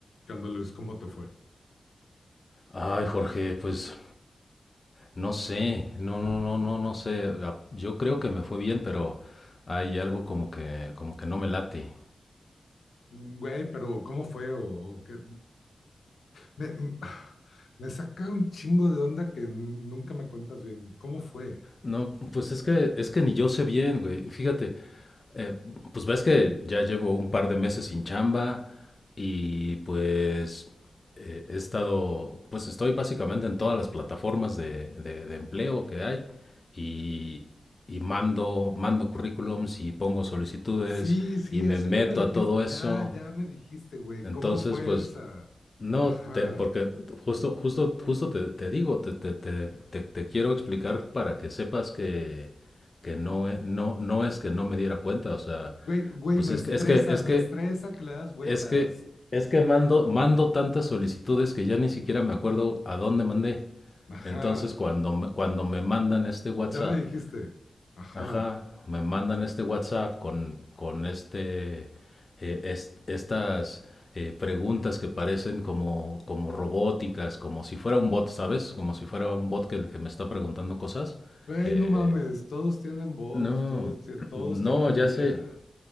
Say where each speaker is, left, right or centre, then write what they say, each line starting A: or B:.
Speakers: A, on the left (about 70°); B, on the left (about 30°).
A: ¿Qué onda, Luis? ¿Cómo te fue?
B: Ay, Jorge, pues no sé, no, no, no, no, no sé. La- Yo creo que me fue bien, pero hay algo como que, como que no me late.
A: Güey, pero ¿cómo fue? ¿O, o qué? Me, me saca un chingo de onda que nunca me cuentas bien. ¿Cómo fue?
B: No, pues es que, es que ni yo sé bien, güey. Fíjate, eh, pues ves que ya llevo un par de meses sin chamba y pues eh, he estado, pues estoy básicamente en todas las plataformas de, de- de empleo que hay y, y mando, mando currículums y pongo solicitudes
A: Sí, sí,
B: y
A: eso
B: me meto
A: ya me dijiste,
B: a todo
A: ya,
B: eso.
A: ya me dijiste, güey.
B: Entonces,
A: ¿Cómo fue
B: pues
A: esa?
B: no,
A: Ajá.
B: te- porque justo, justo, justo te, te digo, te, te, te, te- te quiero explicar para que sepas que, que no, e- no, no es que no me diera cuenta, o sea,
A: Güey, güey,
B: pues
A: me
B: es
A: estresa,
B: que, es que, es
A: me
B: que,
A: estresa que le das vueltas.
B: es que, es que mando, mando tantas solicitudes que ya ni siquiera me acuerdo a dónde mandé.
A: Ajá.
B: Entonces, cuando me, cuando me mandan este WhatsApp,
A: Ya me dijiste. Ajá.
B: Ajá, me mandan este WhatsApp con, con este, eh, est- estas eh, preguntas que parecen como, como robóticas, como si fuera un bot, ¿sabes? Como si fuera un bot que, que me está preguntando cosas.
A: Güey,
B: Eh,
A: no mames, todos tienen bots,
B: no,
A: todos, ti- todos
B: no,
A: tienen
B: ya
A: IA.
B: sé,